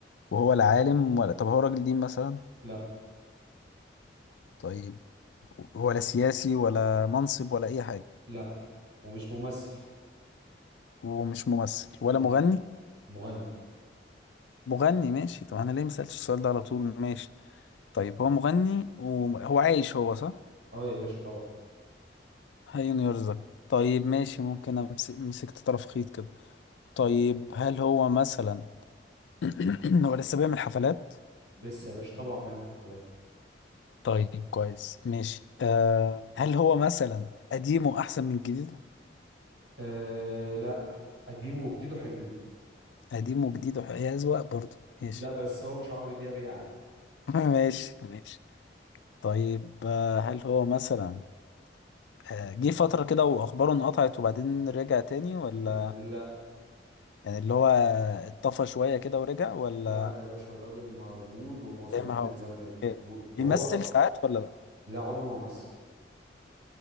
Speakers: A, on the left (about 75°); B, on the right (about 85°).
A: وهو لا عالم ولا طب هو راجل دين مثلا
B: لا
A: طيب ولا سياسي ولا منصب ولا اي حاجه
B: لا ومش ممثل
A: ومش ممثل ولا
B: مم.
A: مغني
B: مغني
A: مغني ماشي طب انا ليه ما سالتش السؤال ده على طول ماشي طيب هو مغني وهو عايش هو صح
B: اه يا باشا طبعا
A: هيون يرزق طيب ماشي ممكن امسك مسكت طرف خيط كده طيب هل هو مثلا <clears throat> هو لسه بيعمل حفلات
B: لسه يا باشا طبعا بيعمل حفلات
A: طيب كويس ماشي آه هل هو مثلا قديمه احسن من جديده
B: آه لا قديمه وجديده حلوين
A: قديمه وجديده هي اذواق برضه ماشي
B: لا بس هو مش عمرو دياب يعني
A: <laughs> ماشي ماشي طيب آه هل هو مثلا آه جه فترة كده واخباره انقطعت وبعدين رجع تاني ولا
B: آه لا
A: يعني اللي هو اتطفى شوية كده ورجع ولا
B: لا لا يا باشا الراجل موجود ومظبوط
A: زي ما
B: من
A: هو
B: زمان و- وهو
A: بيمثل ساعات ولا لا
B: لا عمره ما مثل